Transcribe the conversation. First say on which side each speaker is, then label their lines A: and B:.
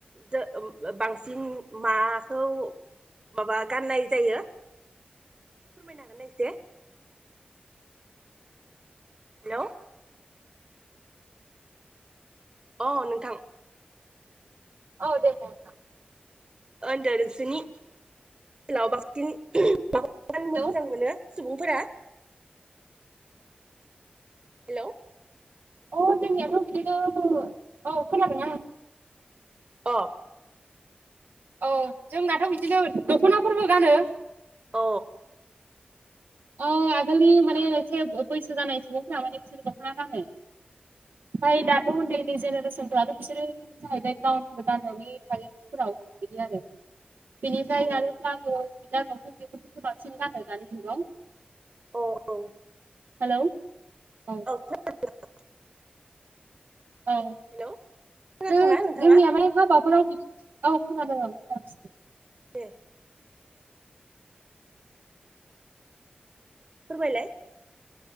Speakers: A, on the right (about 30°); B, on the right (about 85°).
A: जो ओ बांसिन माखौ। माबा गाननाय जायो फोरमायनो हागोनना एसे। हेलौ अ नोंथां।
B: औ दे बुं।
A: ओन्दो नोंसोरनि लाव बांसिन माखौ गानो मोजां
B: हेलौ
A: मोनो सुबुंफोरा। हेलौ
B: अ जोंनियाथ' बिदिनो औ खोनादों।
A: अ।
B: औ जोंनाथ' बिदिनो दख'नाफोरबो गानो।
A: अ।
B: ओ आगोलनि माने एसे बैसो जानाय सुबुंफोरा माने बिसोर दख'ना गाङो। ओमफाय दाथ' उन दै जेनेरेसनफ्राथ' बिसोरो जाहैबाय गाव खानानै बिदि आरो बेनिफ्राय
A: औ
B: आरो प्लाज', सुयजार, लंफेन बेफोरखौसो बांसिन गानो दानि जुगाव।
A: औ औ।
B: हेलौ।
A: <unintelligible>
B: औ औ।
A: हेलौ खोनादोंना
B: नो
A: नोंथाङा
B: जोंनिया हाय हाबाफोराव बिदि औ खोनादों औ खोनागासिनो।
A: दे। फोरमालाय।